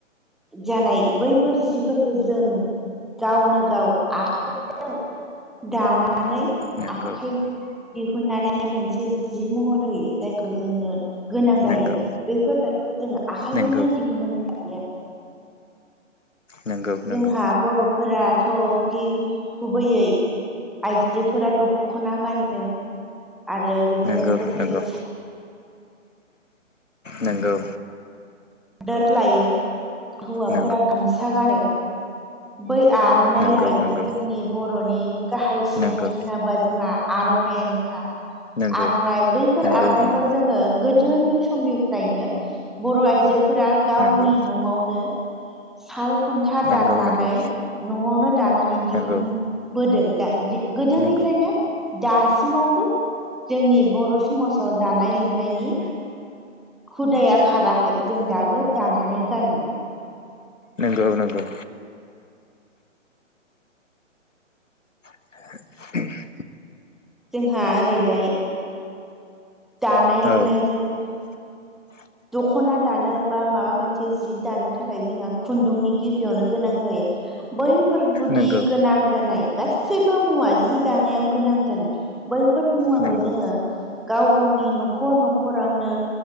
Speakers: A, in the centre; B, on the left (about 75°).
A: जानाय बैफोर जिफोरखौ जों गावनो गाव आखाइ <unintelligible> दानानै
B: नंगौ
A: आखाइजो दिहुननानै मोनसे जि महर होयो जायखौ जोंनो गोनां जायो
B: नंगौ
A: बैफोरबायदिखौ जोङो आखाइजोंनो
B: नंगौ
A: दिहुननानै लायो <unintelligible>
B: नंगौ नंगौ
A: जोंहा बर'फोराथ' गे गुबैयै आइजोफोरा दख'ना गानो आरो बेजों
B: नंगौ
A: लोगोसे
B: नंगौ नंगौ।
A: हादोर लायो हौवाफोरा
B: नंगौ
A: गामसा गानो बै आर'नाइ
B: नंगौ
A: लायो
B: नंगौ
A: जोंनि बर'नि गाहाय सिनायथि
B: नंगौ
A: होनोब्ला जोंहा आर'नाइानोखा
B: नंगौ
A: आर'नाइ बैफोर
B: नंगौ
A: आर'नाइखौ
B: नंगौ
A: जोङो गोदोनि समनिफ्रायनो बर' आइजोफोरा गावनि
B: नंगौ
A: न'आवनो। साल खुन्था
B: नंगौ
A: दाननानै
B: नंगौ
A: न'आवनो दानानै
B: नंगौ
A: दिहुनबोदों दा दि गोदोनिफ्रायनो
B: नंगौ
A: दासिमावबो जोंनि बर' समाजाव दानाय लुनायनि हुदाया खाराखै जों दाबो दानानै गानो
B: नोंगौ नोंगौ <unintelligible>
A: जोंहा ओरैजाय दानाय लुनाय
B: औ
A: जों
B: <unintelligible>
A: दखना दानो बा माबा मोनसे जि दानो थाखाय जोंहा खुन्दुंनि गिबियावनो गोनां जायो बैफोर गुदि
B: नंगौ
A: गोनां जानाय गासैबो मुवा जि दानायाव गोनां जानाय बैफोर मुवाखौ
B: नंगौ
A: जोंङो गाव गावनि नखर नखरावनो